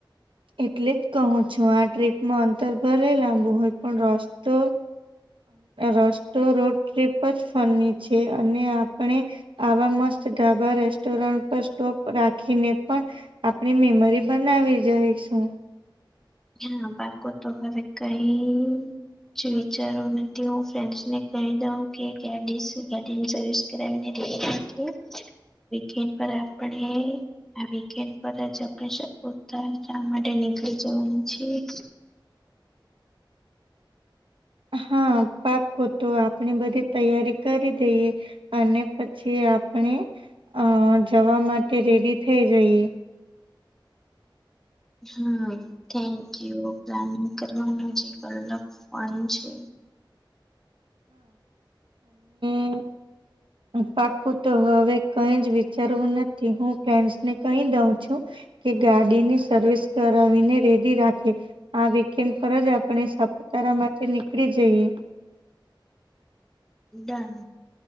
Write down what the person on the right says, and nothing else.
એટલે જ કહું છું આ ટ્રીપમાં અંતરભલે લાંબુ હોય પણ રસ્તો. રસ્તો રોડ ટ્રીપ જ ફરની છે અને આપણે. આવા મસ્ત ઢાબા રેસ્ટોરન્ટ પર સ્ટોપ રાખીને પણ. આપણી મેમરી બનાવી જાય શું.
હા પાકો તો આપણે બધી તૈયારી કરી દઈએ. અને પછી આપણે અ જવા માટે રેડી થઇ જઈએ.
હે. પાકું તો હવે કઈ જ વિચારવું નથી હું ફ્રેડસ ને કઈ દઉં છું. કે ગાડીની સર્વિસ કરાવીને રેડી રાખે. આ વેકેન્ડ પર જ આપણે સાપુતારા માંથી નીકળી જઈએ.